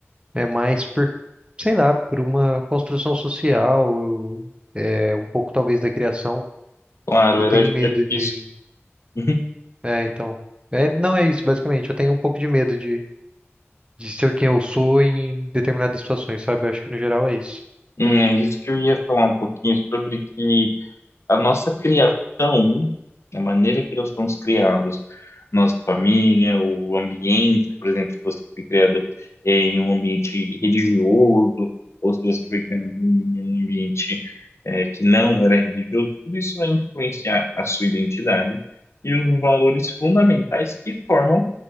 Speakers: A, on the right (about 25°); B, on the left (about 75°).
A: É mais por, sei lá, por uma construção social, eu- é um pouco talvez da criação.
B: claro,
A: Eu
B: era
A: tenho
B: acho
A: medo
B: que
A: de.
B: isso. <laughs> Uhum.
A: É, então. É, não é isso, basicamente. Eu tenho um pouco de medo de, de ser quem eu sou em determinadas situações, sabe? Eu acho que no geral é isso.
B: Hum, É isso que eu ia falar um pouquinho sobre que. a nossa criação, a maneira que nós somos criados, nossa família, o ambiente, por exemplo, se você foi criado em um ambiente religioso, ou se você foi criado em um ambiente eh, que não era religioso, tudo isso vai influenciar a sua identidade e os valores fundamentais que formam